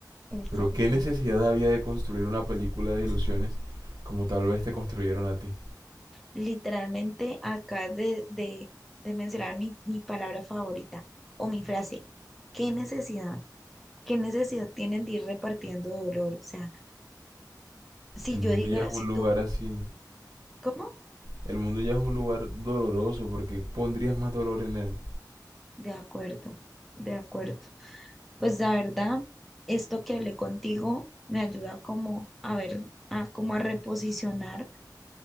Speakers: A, in the centre; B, on the right.
A: exacto.
B: Pero qué necesidad había de construir una película de ilusiones como tal vez te construyeron a ti.
A: Literalmente acabas de, de, de mencionar mi, mi palabra favorita o mi frase. ¿Qué necesidad? ¿Qué necesidad tienen de ir repartiendo dolor? O sea, si
B: El mundo
A: yo diga,
B: ya es un
A: si tú,
B: lugar así.
A: ¿cómo?
B: El mundo ya es un lugar doloroso porque pondrías más dolor en él.
A: De acuerdo, de acuerdo. Pues la verdad, esto que hablé contigo me ayuda como a ver, a como a reposicionar